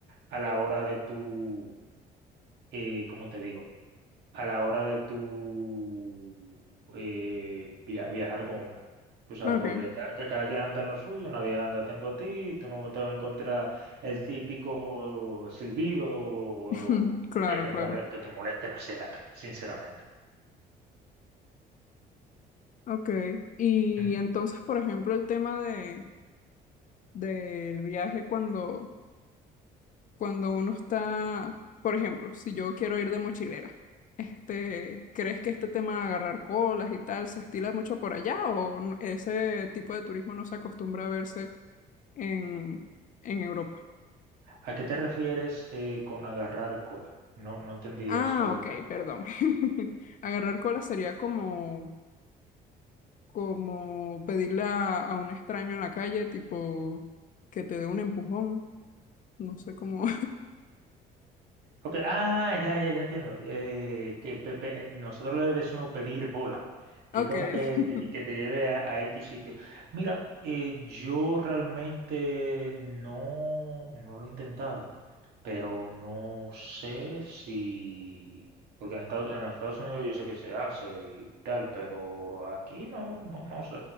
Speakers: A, on the right (about 75°); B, on the left (about 50°).
A: a la hora de tu, eh, ¿cómo te digo? A la hora de tu eh, via- viajar como mujer. Tú sabes,
B: Ok.
A: porque ca- que cada quien anda en lo suyo, nadie anda atento a ti, tú no te vas a encontrar el típico silbido o,
B: <laughs>
A: o
B: Claro,
A: que te mole-
B: claro.
A: que te molesten así en la calle, sinceramente.
B: Ok, y
A: Ujú.
B: entonces, por ejemplo, el tema de, del viaje cuando, cuando uno está, por ejemplo, si yo quiero ir de mochilera, este, ¿crees que este tema de agarrar colas y tal se estila mucho por allá o n- ese tipo de turismo no se acostumbra a verse en, en Europa?
A: ¿A qué te refieres eh, con agarrar cola? No, no entendí
B: Ah,
A: eso
B: ok, perdón. <laughs> Agarrar colas sería como, como pedirle a a un extraño en la calle, tipo que te dé un empujón. No sé cómo,
A: Ok, Ah, ya, ya, ya entiendo. Eh, que pe- pe- nosotros le decimos pedir bola, que
B: Ok,
A: es como que
B: <laughs>
A: te, que te lleve a, a X sitio. Mira, eh, yo realmente no, no lo he intentado, pero no sé si... Porque en Estados, en Estados Unidos yo sé que se hace y tal, pero aquí no, no, no sé.